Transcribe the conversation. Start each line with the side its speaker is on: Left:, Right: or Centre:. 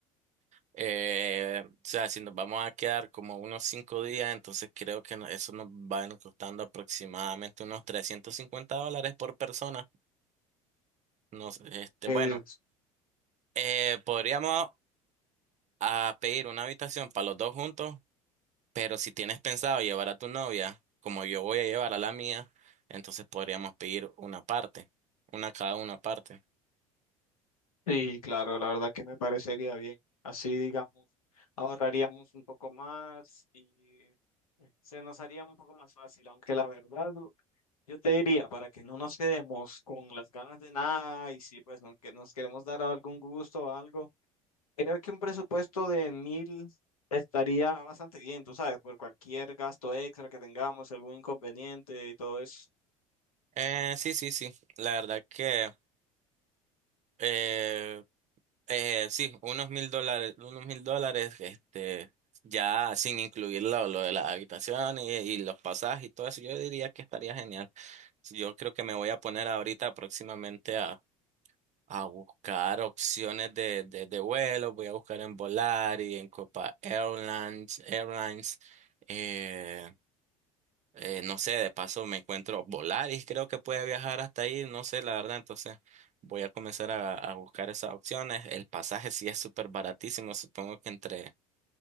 Right: Eh, o sea, si nos vamos a quedar como unos cinco días, entonces creo que no- eso nos va a ir costando aproximadamente unos 350 dólares por persona. Nos, este,
Left: Pues,
Right: bueno, eh, podríamos ah, pedir una habitación para los dos juntos, pero si tienes pensado llevar a tu novia, como yo voy a llevar a la mía, entonces podríamos pedir una parte, una cada una parte.
Left: sí, claro, la verdad que me parecería bien. Así, digamos, ahorraríamos un poco más y se nos haría un poco más fácil. Aunque la verdad, yo te diría, para que no nos quedemos con las ganas de nada y si pues no, que nos queremos dar algún gusto o algo. Creo que un presupuesto de mil estaría bastante bien, tú sabes, por cualquier gasto extra que tengamos, algún inconveniente y todo eso.
Right: Eh, sí, sí, sí. La verdad que eh, eh, sí, unos mil dólares, unos mil dólares, este, ya sin incluir lo, lo de la habitación y, y los pasajes y todo eso, yo diría que estaría genial. Yo creo que me voy a poner ahorita próximamente a, a buscar opciones de, de, de vuelo. Voy a buscar en Volaris, en Copa Airlines, Airlines. eh, Eh, no sé, de paso me encuentro Volaris, creo que puede viajar hasta ahí, no sé, la verdad, entonces voy a comenzar a, a buscar esas opciones. El pasaje sí es súper baratísimo, supongo que entre,